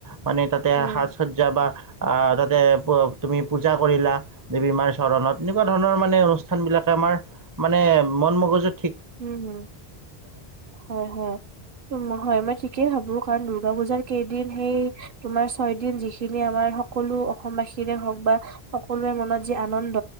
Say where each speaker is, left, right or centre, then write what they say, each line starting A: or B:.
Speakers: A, on the right (about 25°); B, on the right (about 60°).
A: মানে তাতে
B: উম
A: সাজ সজ্জা বা আ তাতে তুমি পূজা কৰিলা দেৱী মাৰ চৰণত এনেকোৱা ধৰণৰ মানে অনুষ্ঠানবিলাকে আমাৰ মানে মন মগজুত
B: উম হ হয় হয় হয় মই ঠিক তিকে ভাবো কাৰণ দূৰ্গা পুজাৰ কেইদিন সেই তোমাৰ ছয় দিন যিখিনি আমাৰ সকলো অসমবাসীৰে হওঁক বা সকলোৰে মনত যি আনন্দ